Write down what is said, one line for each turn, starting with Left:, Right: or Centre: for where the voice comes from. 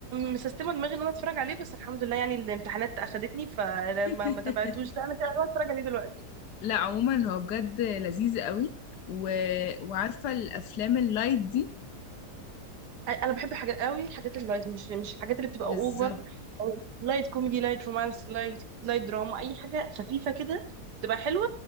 Right: مسستمه دماغي ان انا اتفرج عليه بس الحمد لله يعني الامتحانات اخدتني فلما
Left: <laughs>
Right: ما تابعتوش لا انا كده انا اتفرج عليه دلوقتي
Left: لا عموما هو بجد لذيذ قوي و... وعارفة الافلام اللايت دي
Right: انا بحب حاجات قوي الحاجات اللايت مش مش الحاجات اللي بتبقى
Left: بالظبط
Right: اوفر أو لايت كوميدي لايت رومانس لايت لايت دراما اي حاجه خفيفه كده بتبقى حلوه